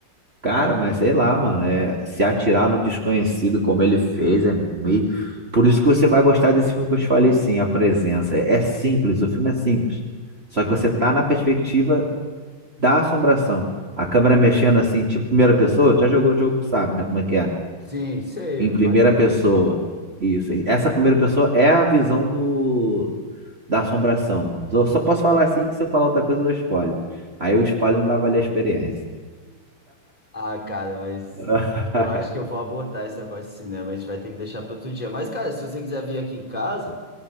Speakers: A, on the right (about 30°); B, on the left (about 20°).
A: Cara, mas sei lá, mano. É, se atirar no desconhecido como ele fez é meio. Por isso que você vai gostar desse filme que eu te falei, sim, a presença. É, é simples, o filme é simples. Só que você tá na perspectiva da assombração. A câmera mexendo assim, tipo primeira pessoa, já jogou o jogo, tu sabe, né? Como é que é?
B: Sim, sei,
A: Em
B: eu
A: primeira
B: imagino
A: pessoa.
B: como seja.
A: Isso. Essa primeira pessoa é a visão do, da assombração. Eu só posso falar assim que se eu falar outra coisa, eu dou spoiler. Aí o spoiler não vai valer a experiência.
B: Ah, cara, mas
A: <laughs>
B: eu acho que eu vou abortar esse negócio de cinema. A gente vai ter que deixar para outro dia. Mas, cara, se você quiser vir aqui em casa,